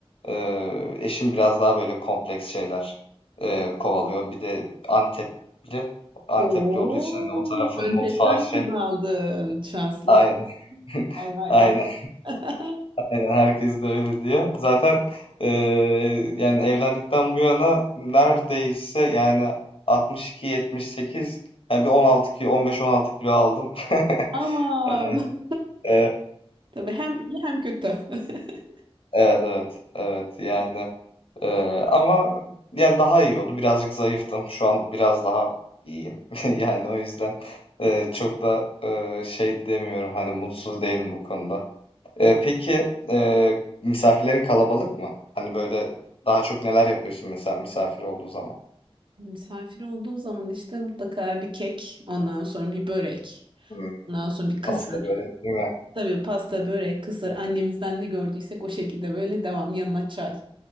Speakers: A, on the left; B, on the right.
A: Ee, eşim biraz daha böyle kompleks şeyler e, kovalıyor. Bir de Antepli, Antepli
B: Oo,
A: olduğu için hani o tarafın
B: Antep'ten
A: mutfağı şey.
B: kız aldın. Şanslısın.
A: Aynen, <laughs>
B: Vay vay
A: aynen,
B: vay. <laughs>
A: aynen. Herkes de öyle diyor. Zaten e, yani evlendikten bu yana neredeyse yani 62-78 yani bir 16 kilo, 15-16 kilo aldım. <laughs>
B: Aman.
A: Evet, evet,
B: Tabii hem iyi hem kötü. <laughs>
A: evet, evet, evet. Yani Eee, ama yani daha iyi oldu. Birazcık zayıftım. Şu an biraz daha iyiyim. <laughs> Yani o yüzden eee, çok da eee, şey demiyorum. Hani mutsuz değilim bu konuda. Eee, peki eee, misafirlerin kalabalık mı? Hani böyle daha çok neler yapıyorsun mesela misafir olduğu zaman?
B: Misafir olduğu zaman işte mutlaka bir kek, ondan sonra bir börek,
A: Hmm,
B: ondan sonra bir kısır.
A: pasta börek değil mi?
B: Tabii pasta, börek, kısır annemizden ne gördüysek o şekilde böyle devam yanına çay.